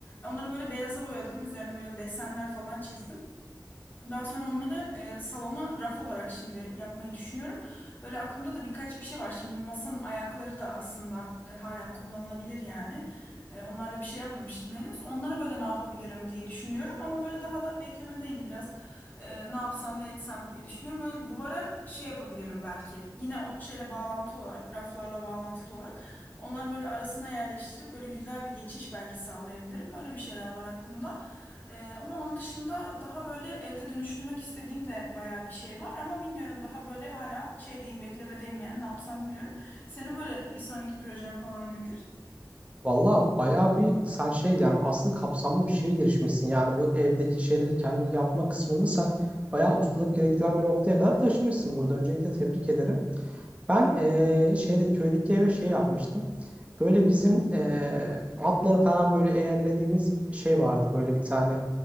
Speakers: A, on the left; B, on the right.
A: Onları böyle beyaza boyadım. Üzerine böyle desenler falan çizdim. Daha sonra onları e, salona raf olarak şimdi yapmayı düşünüyorum. Böyle aklımda da birkaç bir şey var. Şimdi bu masanın ayakları da aslında e, hala kullanılabilir yani. E, onlarla bir şey yapmamıştım henüz. Onlara böyle ne yapabilirim diye düşünüyorum. Ama böyle daha da beklemedeyim biraz. E, ne yapsam ne etsem diye düşünüyorum. Böyle duvara şey yapabilirim belki. Yine o şeyle bağlantılı olarak, raflarla bağlantılı olarak. Onların böyle arasına yerleştirip böyle güzel bir geçiş belki sağlayabilirim. Öyle bir şeyler var aklımda. Ee, ama onun dışında daha böyle evde dönüştürmek istediğim de bayağı bir şey var. Ama bilmiyorum daha böyle hala şeydeyim beklemedeyim yani ne yapsam bilmiyorum. Senin böyle bir sonraki projen falan nedir?
B: Valla bayağı bir sen şey yani asıl kapsamlı bir şeye girişmişsin. Yani bu evdeki şeyleri kendin yapma kısmında sen bayağı ustalık gerektiren bir noktaya kadar taşımışsın burada. Öncelikle tebrik ederim. Ben eee, şeyde köydeki eve şey yapmıştım. Böyle bizim eee, atları falan böyle eğerlediğimiz şey vardı. Böyle bir tane